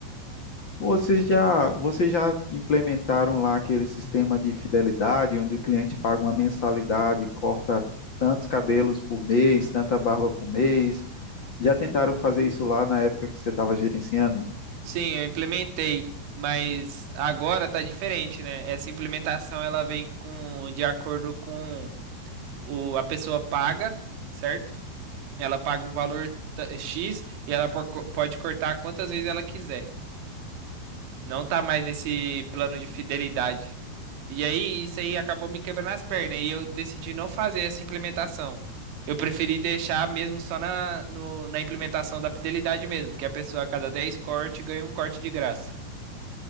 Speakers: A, on the left; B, on the right.
A: Vocês já, vocês já implementaram lá aquele sistema de fidelidade, onde o cliente paga uma mensalidade, corta tantos cabelos por mês, tanta barba por mês? Já tentaram fazer isso lá na época que você estava gerenciando?
B: Sim, eu implementei, mas agora tá diferente, né? Essa implementação ela vem com de acordo com o, a pessoa paga, certo? Ela paga o valor ta- X e ela por- pode cortar quantas vezes ela quiser. Não tá mais nesse plano de fidelidade. E aí, isso aí acabou me quebrando as pernas e eu decidi não fazer essa implementação. Eu preferi deixar mesmo só na, no- na implementação da fidelidade mesmo, que a pessoa a cada 10 cortes ganha um corte de graça.